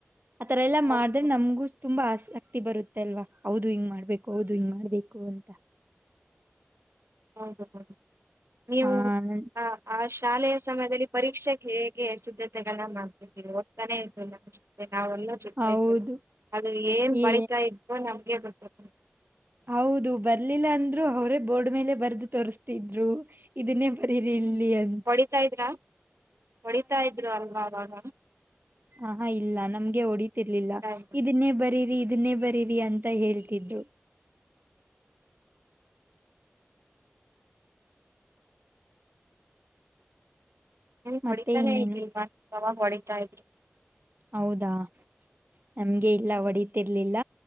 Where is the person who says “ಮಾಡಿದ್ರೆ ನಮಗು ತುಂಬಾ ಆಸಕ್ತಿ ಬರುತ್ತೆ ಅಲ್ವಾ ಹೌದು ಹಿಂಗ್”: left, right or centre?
Right